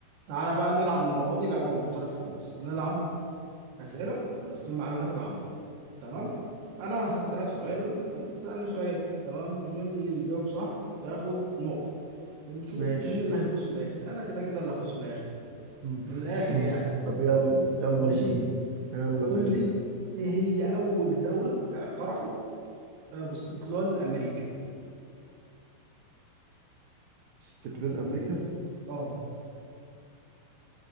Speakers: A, on the right; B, on the right.
A: تعالى بقى نلعب المرة دي لعبة مختلفة خالص هنلعب أسئلة بس في المعلومات العامة تمام أنا هسألك سؤال وأنت تسألني سؤال تمام واللي يجاوب صح ياخد نقطة ونشوف
B: ماشي
A: مين اللي هيفوز في الآخر أنا كده كده اللي هفوز في الآخر
B: مم.
A: من الآخر
B: مم.
A: يعني
B: طب يلا يلا
A: ماشي
B: بينا يلا
A: قول
B: بينا
A: لي إيه هي أول دولة اعترفت آه، باستقلال أمريكا
B: استقلال أمريكا
A: أه